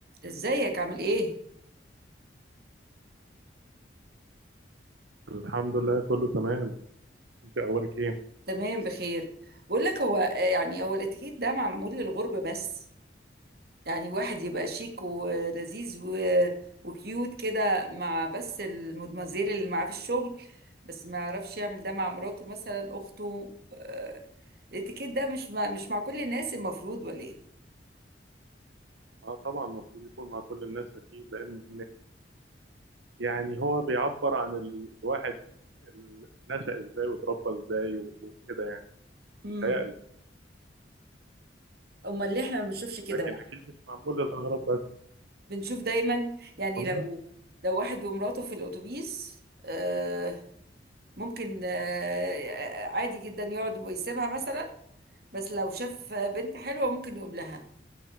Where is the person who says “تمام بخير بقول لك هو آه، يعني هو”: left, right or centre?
Right